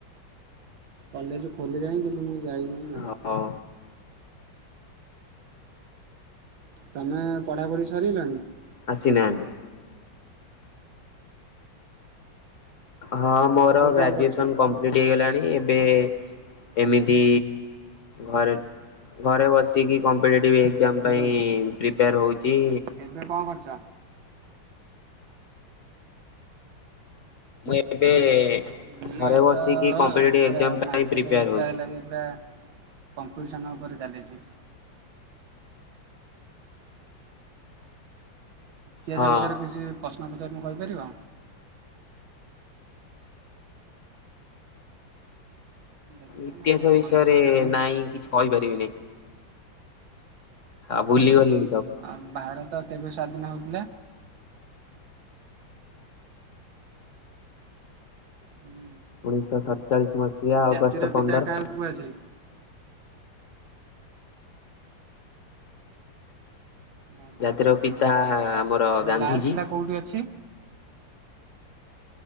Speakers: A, on the right (about 90°); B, on the left (about 50°).
A: କଲେଜ ଖୋଲିଲାଣି କିନ୍ତୁ ମୁଁ ଯାଇନି ଆଉ।
B: ହଉ
A: ତମେ ପଢ଼ା ପଢ଼ି ସରିଗଲାଣି?
B: ଆସି ନାହାନ୍ତି। ହଁ ମୋର
A: ଏବେ
B: ଗ୍ରାଜୁଏସନ୍
A: କଣ କରୁଛ?
B: କମ୍ପ୍ଲିଟ ହେଇଗଲାଣି ଏବେ। ଏମିତି ଘରେ ଘରେ ବସିକି କମ୍ପ୍ଲି ଟିଭ ଏକ୍ଜାମ୍
A: ହ୍ୟାଲୋ
B: ପାଇଁ ପ୍ରିପେୟାର ହଉଛି।
A: ଏବେ କଣ କରୁଛ?
B: ମୁଁ ଏବେ।
A: ହୁଁ ମାନେ
B: ଘରେ
A: ଏଟା
B: ବସିକି କମ୍ପିଟେଟିଭ
A: ପୁରା
B: ଏକ୍ଜାମ ପାଇଁ
A: ମାର୍କେଟେ
B: ପ୍ରିପେୟାର
A: ପ୍ରାୟ
B: ହଉଛି।
A: ଲାଗେ ପ୍ରାୟ। କମ୍ପିଟିସନ ଉପରେ ଚାଲିଛି। ଇତିହାସ
B: ହଁ
A: ବିଷୟରେ କିଛି ପ୍ରଶ୍ନ ପଚାରିନେ କହିପାରିବ? ଦେଖୁନା
B: ଇତିହାସ ବିଷୟରେ
A: ମନେ ପକେଇଉନା
B: ନାଇଁ କିଛି କହିପାରିବିନି। ଆ ଭୁଲି ଗଲି।
A: ଆମ ଭାରତ କେବେ ସ୍ଵାଧୀନ ହୋଇଥିଲା? ହୁଁ।
B: ଉଣେଇଶହ ସଟଚାଳିଶ ମସିହା
A: ଆମ
B: ଅଗଷ୍ଟ
A: ଜାତିର
B: ପନ୍ଦର।
A: ପିତା କାହାକୁ କୁହାଯାଏ? ଗାନ୍ଧିଜୀ।
B: ଜାତିର ପିତା ଆମର ଗାନ୍ଧିଜୀ।
A: ଲାଲକିଲ୍ଲା କୋଉଠି ଅଛି?